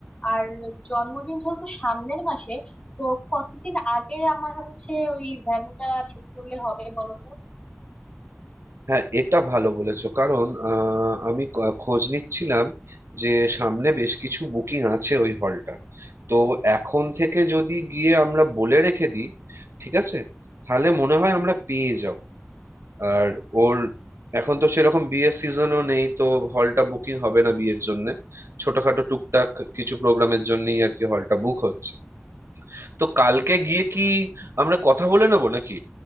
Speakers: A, on the left; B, on the right.
A: আর জন্মদিন যেহেতু সামনের মাসে তো কতদিন আগে আমার হচ্ছে ওই ভেন্যুটা ঠিক করলে হবে বলো
B: হ্যাঁ এটা ভালো বলেছো কারণ আহ, আমি ক- খোঁজ নিচ্ছিলাম যে সামনে বেশ কিছু বুকিং আছে ওই হলটার তো এখন থেকে যদি গিয়ে আমরা বলে রেখে দিই ঠিক আছে তাহলে মনে হয় আমরা পেয়ে যাব আর ওর এখন তো সেরকম বিয়ের সিজনও নেই তো হলটা বুকিং হবে না বিয়ের জন্য ছোটখাটো টুকটাক কিছু প্রোগ্রামের জন্যই আর কি হলটা বুক হচ্ছে তো কালকে গিয়ে কি আমরা কথা বলে নেবো নাকি